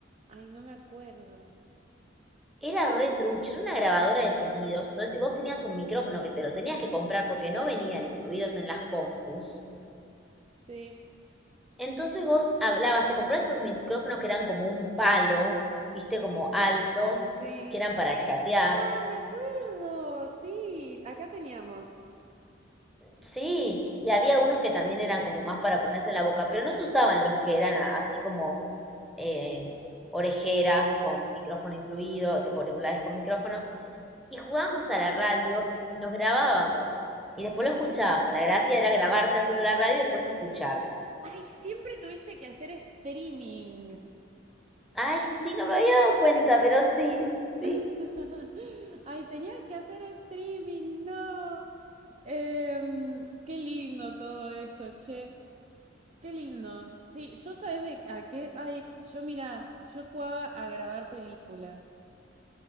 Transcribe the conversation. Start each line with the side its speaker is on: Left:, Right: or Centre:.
Right: Ay, no me acuerdo.
Centre: Era re trucho, era una grabadora de sonidos. Entonces, si vos tenías un micrófono que te lo tenías que comprar porque no venían incluidos en las compus,
Right: Sí.
Centre: Entonces vos hablabas, te comprabas esos micrófonos que eran como un palo, viste, como altos,
Right: Sí.
Centre: que eran para chatear.
Right: Ah, me acuerdo. Sí, acá teníamos.
Centre: Sí, y había unos que también eran como más para ponerse en la boca, pero no se usaban los que eran a- así como eh, orejeras con micrófono incluido, tipo auriculares con micrófono. Y jugábamos a la radio y nos grabábamos. Y después lo escuchábamos. La gracia era grabarse haciendo la radio y después escucharla.
Right: Ay, siempre tuviste que hacer streaming.
Centre: Ay, sí, no me había dado cuenta, pero sí, sí.
Right: <laughs> Ay, tenías que hacer streaming, no. Em, qué lindo todo eso, che. Qué lindo. Sí, yo sabes de- a qué. Ay, yo mira, yo jugaba a grabar películas,